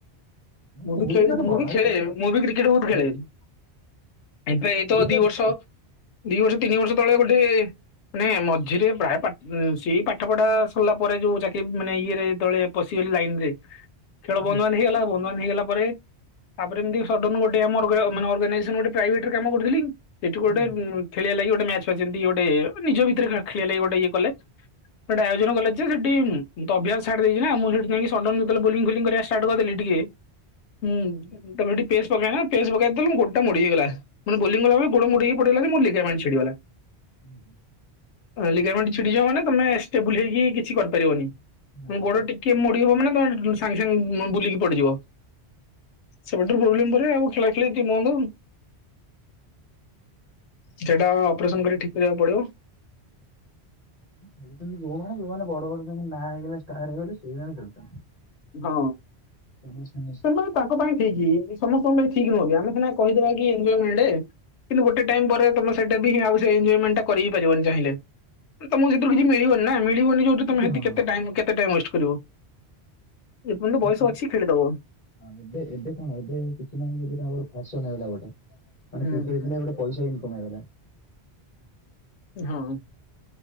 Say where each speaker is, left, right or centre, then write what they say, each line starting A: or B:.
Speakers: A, on the left (about 85°); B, on the left (about 40°).
A: ମୁଁ
B: କହୁଛି
A: ବି ଖେଳି
B: ମାନେ
A: ମୁଁ
B: ବଡ
A: ବି
B: ହେଲେ
A: ଖେଳେ
B: କିଛି ନାହିଁ
A: ମୁଁ ବି କ୍ରିକେଟ ବହୁତ
B: ଏଇ
A: ଖେଳେ। ଏବେ ଏଇତ
B: ତ
A: ଦି ବର୍ଷ
B: ହୁଁ
A: ଦି ବର୍ଷ ତିନି ବର୍ଷ ତଳେ ଗୋଟେ ନାଇଁ ମଝିରେ ପ୍ରାୟ ପାଠ ସେଇ ପାଠପଢା ସରିଲା ପରେ ଯୋଉ ଚାକିରୀ ମାନେ ଇଏରେ ଯେତେବେଳେ ପଶି ଗଲି ଲାଇନ୍ ରେ ଖେଳ
B: ହୁଁ
A: ବନ୍ଦ ବାନ୍ଦ୍ ହେଇଗଲା ବନ୍ଦ ବାନ୍ଦ୍ ହେଇଗଲା ପରେ, ତାପରେ ଏମତି ସଡ଼ନ୍ ଗୋଟେ ଆମର ଗ ମାନେ ଅର୍ଗାନାଇଜେସନ ଗୋଟେ ପ୍ରାଇଭେଟରେ କାମ କରୁଥିଲି ସେଠୁ ଗୋଟେ
B: ହୁଁ
A: ଖେଳିବା ଲାଗି ଗୋଟେ ମ୍ୟାଚ୍ ଫ୍ୟାଚ ଯେମତି କି ଗୋଟେ ନିଜ ଭିତରେ ଖେଳି ଖେଳିବା ଲାଗି ଗୋଟେ ଇଏ କଲେ ଗୋଟେ ଆୟୋଜନ କଲେ ଯେ ଡି ଉଁ ମୁଁ ତ ଅଭ୍ୟାସ ଛାଡି ଦେଇଛି ନା ମୁଁ ସେଉଠୁ ଯାଇଁକି ସଡ଼ନ୍ ଯେତେବେଳେ ବୋଲିଙ୍ଗ୍ ଫୋଲିଂ କରିଆ ଷ୍ଟାର୍ଟ କରିଦେଲି ଟିକେ ହୁଁ ତାପରେ ସେଠି ପେସ ପକାଇ ନା ପେସ ପକାଇ ଦେଲେ ଗୋଡ଼ଟା ମୋଡ଼ି ହେଇଗଲା ମାନେ ବୋଲିଙ୍ଗ କଲାବେଳେ ଗୋଡ଼ ମୋଡ଼ି ହେଇକି ପଡିଗଲା ଯେ ମୋ ଲିଗାମେଣ୍ଟ ଛିଡିଗଲା।
B: ହୁ
A: ଲିଗାମେଣ୍ଟ୍ ଛିଡି ଯିବ ମାନେ ତମେ ଷ୍ଟେବୁଲ ହେଇକି କିଛି କରିପାରିବନି।
B: ନା
A: ମାନେ ଗୋଡ
B: ନା।
A: ଟିକେ ମୋଡି ହବ ମାନେ ତମେ ସାଙ୍ଗ ସାଙ୍ଗେ ବୁଲିକି ପଡିଯିବ। ସେବେଠାରୁ ପ୍ରୋବ୍ଲେମ ପରେ ଆଉ ଖେଳା ଖେଳି ଟିକେ ବନ୍ଦ ଆଉ। ସେଟା ଅପରେସନ କରି ଠିକ କରିବାକୁ ପଡିବ।
B: ଖେଳୁଛନ୍ତି ଯୋଉମାନେ ଯୋଉମାନେ ବଡ ବଡ ଯୋଉମାନେ ନାଁ ହେଇଗଲେ ଷ୍ଟାର ହେଇଗଲେ ସେଇମାନେ ଖେଳୁଛନ୍ତି।
A: ହଁ
B: ନା
A: ସେମାନେ ତାଙ୍କ ପାଇଁ ଠିକ। ସମସ୍ତଙ୍କ ପାଇଁ ଠିକ ନୁହଁନ୍ତି ଆମେ ମେ କହିଦବା କି ଏନ୍ଜୟମେଣ୍ଟ କିନ୍ତୁ ଗୋଟେ ଟାଇମ ପରେ ତମେ ସେଟା ବି ହିଁ ଆଉ ସେ ଏନ୍ଜୟମେଣ୍ଟ ଟା କରି ହିଁ ପାରିବନି। ଚାହିଁଲେ ବି। ତମକୁ ସେଥିରୁ କିଛି ମିଳିବନି ନା ମିଳିବନି ଯୋଉଠି
B: କିଛି
A: ତମେ ସେଠି
B: ହଁ।
A: କେତେ ଟାଇମ୍ କେତେ ଟାଇମ୍ ୱେଷ୍ଟ କରିବ। ଏପର୍ଯ୍ୟନ୍ତ ବୟସ
B: ହଁ
A: ଅଛି ଖେଳିଦବ।
B: ଏବେ ଏବେ କଣ ଏବେ କିଛି ନାହିଁ ଏବେ ତାଙ୍କର ଫ୍ୟାସନ ହେଇଗଲା ଗୋଟେ। ମାନେ
A: ହୁଁ
B: କ୍ରିକେଟ
A: ହୁଁ।
B: ଖେଳିଆ ଗୋଟେ ପଇସା ଇନକମ ହେଇଗଲା।
A: ହଁ।